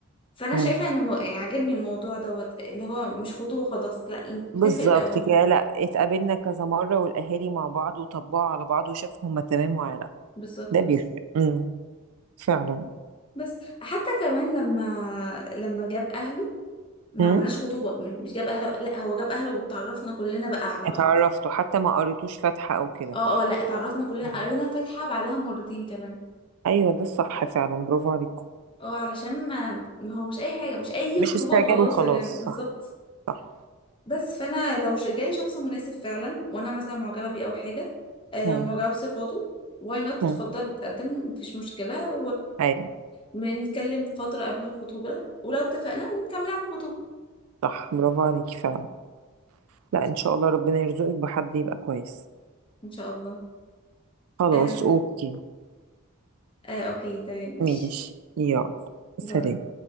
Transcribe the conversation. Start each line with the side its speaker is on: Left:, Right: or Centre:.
Left: فانا
Right: مم.
Left: شايفه ان الم... يعني عجبني الموضوع دوت اللي هو مش خطوبه خلاص لا
Right: بالظبط
Left: نتفق الاول
Right: كده لا اتقابلنا كذا مرة والأهالي مع بعض وطبقوا على بعض وشافوا هما تمام ولا لا
Left: بالظبط
Right: ده بيفرق
Left: بالظبط
Right: مم. فعلا
Left: بس حتى كمان لما لما جاب اهله ما
Right: مم.
Left: عملناش خطوبة م- مش جاب اهله لا هو جاب اهله وتعرفنا كلنا بقى على
Right: اتعرفتوا
Left: بعض
Right: حتى ما قريتوش فاتحة أو كده
Left: اه اه لا تعرفنا كلنا
Right: مم.
Left: قرينا فاتحة بعدها مرتين كمان
Right: أيوه ده الصح فعلا برافو عليكم
Left: اه علشان ما ما هو مش اي حاجة مش اي
Right: مش
Left: خطوبة
Right: استعجال
Left: وخلاص
Right: وخلاص
Left: يا جماعة بالظبط
Right: صح صح
Left: بس فانا لو ش- جالي شخص مناسب فعلا وانا مثلا معجبة بيه او حاجة آه
Right: مم.
Left: ومعجبة بصفاته واي نوت
Right: مم.
Left: اتفضل اتقدم مفيش مشكلة
Right: أيوه
Left: ونتكلم فترة قبل الخطوبة ولو اتفقنا نكمل على الخطوبة
Right: صح برافو عليكي فعلا لا إن شاء الله ربنا يرزقك بحد يبقى كويس
Left: ان شاء الله
Right: خلاص
Left: آه
Right: أوكي
Left: آه اوكي تمام ماشي
Right: ماشي يلا سلام
Left: باي